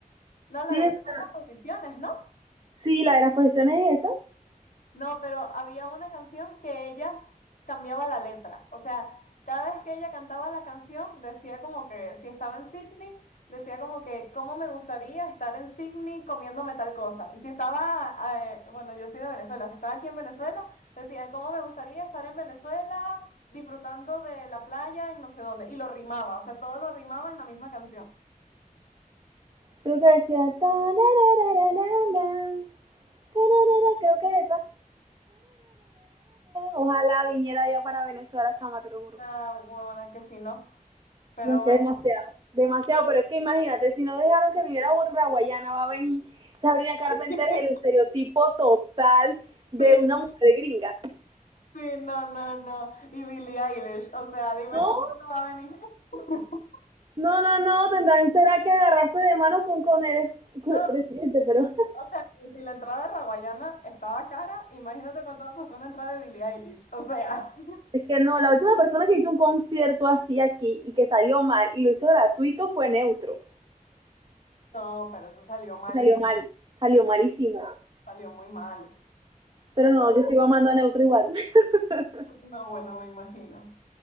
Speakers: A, on the left; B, on the right.
A: No, la
B: Sí,
A: de
B: está.
A: Juno en las posiciones, ¿no?
B: Sí, la de las posiciones es esa.
A: No, pero había una canción que ella cambiaba la letra. O sea, cada vez que ella cantaba la canción, decía como que si estaba en Sydney, decía como que cómo me gustaría estar en Sydney comiéndome tal cosa. Y si estaba, eh, bueno, yo soy de Venezuela, si estaba aquí en Venezuela, decía cómo me gustaría estar en Venezuela disfrutando de la playa en no sé dónde. Y lo rimaba, o sea, todo lo rimaba en la misma canción.
B: Creo que decía... "Tarararararara, tararara", Creo que es esa. Ojalá viniera yo para Venezuela, chama, te lo juro.
A: Una huevona que sí, ¿no? Pero
B: No Es
A: bueno.
B: que demasiado, demasiado, pero es que imagínate, si no dejaron que viniera Borra Guayana, va a venir Sabrina Carpenter,
A: <laughs>
B: el estereotipo total de
A: Sí,
B: una mujer gringa.
A: Sí, no, no, no. Y Billie Eilish, o sea, dime
B: No,
A: tú cuándo va a venir. <laughs>
B: no, no, no, tendrán, será que agarrarse de mano con, con, el,
A: No,
B: con el
A: no,
B: presidente, pero <laughs>
A: o sea, si la entrada de Raguayana estaba cara, imagínate cuánto me costó una entrada de Billie Eilish. O sea, <laughs>
B: es que no, la última persona que hizo un concierto así aquí y que salió mal y lo hizo gratuito fue Neutro.
A: no, pero eso salió malísimo,
B: salió mal, salió malísimo.
A: salió muy mal.
B: Pero no, yo sigo amando a Neutro igual. <laughs>
A: No, bueno, me imagino.